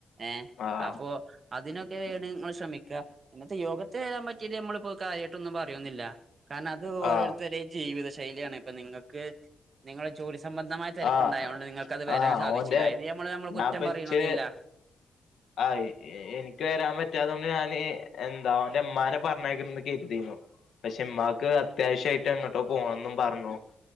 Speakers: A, on the right; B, on the left.
A: ഏഹ
B: ആഹ്
A: അപ്പോ അതിനൊക്കെ വേണ നിങ്ങൾ ശ്രമി <unintelligible> ഇന്നത്തെ യോഗ തരാൻ പറ്റിട്ട് നമ്മളിപ്പോ കാര്യട്ടൊന്നും പറയന്നുല്ല. കാരണം അത് ഓരോരുത്തരുടെ
B: ആഹ്
A: ജീവിത ശൈ ശൈലിയാണ് ഇപ്പ നിങ്ങൾക്ക് നിങ്ങളുടെ ജോലി സംബന്ധമായ തിരക്കുണ്ടായതുകൊണ്ട്
B: ആഹ്
A: നിങ്ങൾക്ക്ത്
B: ആഹ്
A: വരാൻ സാധിച്ചില്ല
B: ഓന്റെ
A: അത് നമ്മൾ നമ്മ
B: ഞാൻപ്പ
A: കുറ്റം പറയണമെന്നില്ല
B: ഇച്ച് ആഹ് എനിക്ക് വരാൻ പറ്റാതുകൊണ്ട് ഞാൻ എന്താ എറെ അമ്മാനെ പറഞ്ഞേക്കന്ന് കരുതിീു പക്ഷെ ഉമ്മാക്ക് അത്യാവശ്യയിട്ട് അങ്ങോട്ടോ പോണംെന്നും പറഞ്ഞു